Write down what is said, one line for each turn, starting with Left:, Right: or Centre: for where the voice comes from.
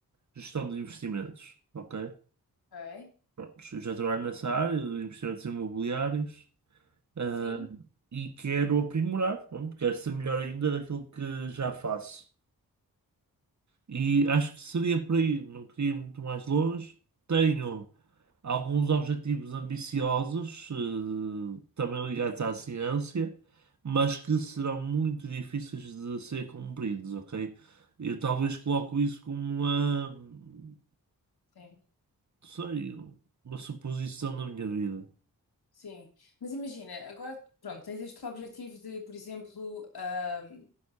Right: gestão de investimentos, ok?
Left: ok,
Right: Pronto, eu já trabalho nessa área de investimentos imobiliários. Ah,
Left: sim,
Right: e quero aprimorar, pronto, quero ser melhor ainda daquilo que já faço. E acho que seria por aí, não queria ir muito mais longe. Tenho alguns objetivos ambiciosos, eh, também ligados à ciência, mas que serão muito difíceis de ser cumpridos, ok? Eu talvez coloco isso como uma, não
Left: sim,
Right: sei, uma suposição da minha vida.
Left: sim. Mas imagina, agora, pronto, tens este objetivo de, por exemplo, ahm,